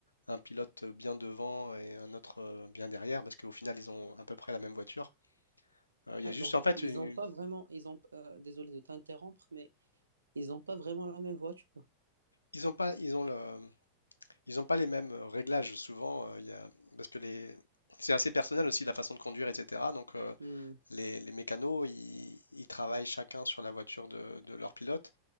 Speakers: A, on the left (about 80°); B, on the right (about 75°).
A: un pilote bien devant et un autre euh, bien derrière, parce qu'au final, ils ont à peu près la même voiture. Euh, Il
B: Ah,
A: y a juste,
B: donc,
A: en fait,
B: ils
A: une-
B: n'ont pas vraiment, ils ont, euh, désolé de t'interrompre, mais ils n'ont pas vraiment la même voiture.
A: ils ont pas, ils ont le, ils ont pas les mêmes euh, réglages souvent, euh, il y a- parce que les, c'est assez personnel aussi la façon de conduire, etc. Donc euh,
B: Hmm.
A: les, les mécanos, ils, ils travaillent chacun sur la voiture de, de leur pilote.